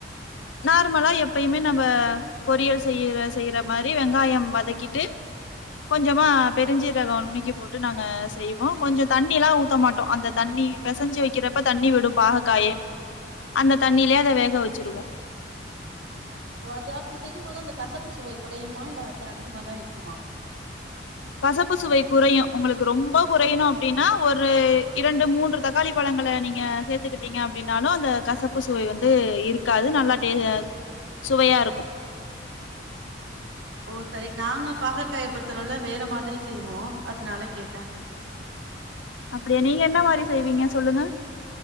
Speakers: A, on the left; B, on the right.
A: நார்மலா எப்பயுமே நம்ம பொரியல் செய்ய செய்யற மாரி வெங்காயம் வதக்கிட்டு கொஞ்சமா பெருஞ்சீரகம் நுனிக்கி போட்டு நாங்க செய்வோ கொஞ்ச தண்ணி எல்லா ஊத்த மாட்டோ அந்த தண்ணி பெசஞ்சி வைக்கிறப்ப தண்ணி விடும் பாக காயே அந்த தண்ணியிலயே அத வேக வச்சிருவோ
B: ஓ அது அப்டி செய்யும் போது அந்த கசப்பு சுவை குறையுமா இல்ல அது அதிகமா தா இருக்குமா
A: கசப்பு சுவை குறையும் உங்களுக்கு ரொம்ப குறையணு அப்டின்னா ஒரு இரண்டு மூன்று தக்காளி பழங்கள நீங்க சேத்துக்கிட்டீங்க அப்டின்னாலு அந்த கசப்பு சுவை வந்து இருக்காது நல்லா டே அ சுவையா இருக்கும்
B: ஓ சரி நாங்க பாகற்காய பொருத்த அளவுல வேற மாதிரி செய்வோ அதனால கேட்டே
A: அப்டியா நீங்க என்ன மாரி செய்வீங்க சொல்லுங்க